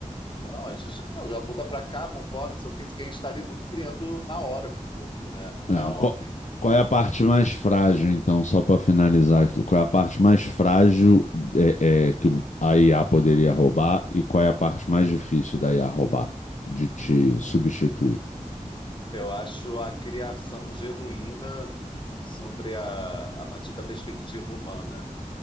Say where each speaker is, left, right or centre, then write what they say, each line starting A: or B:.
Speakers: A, on the left; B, on the left.
A: Não, a gente já, já muda para cá, vambora, não sei o que. Isso que a gente está ali muito criando na hora com o público, né?
B: É,
A: A ordem.
B: qual, qual é a parte mais frágil, então, só para finalizar aqui? Qual é a parte mais frágil é, é, que a IA poderia roubar e qual é a parte mais difícil da IA roubar, de te substituir?
A: Eu acho a criação genuína sobre a, a partir da perspectiva humana,